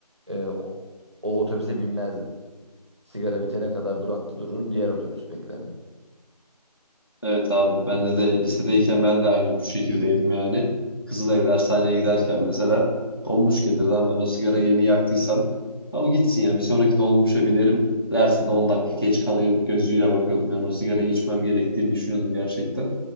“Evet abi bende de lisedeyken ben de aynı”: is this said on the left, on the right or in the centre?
Left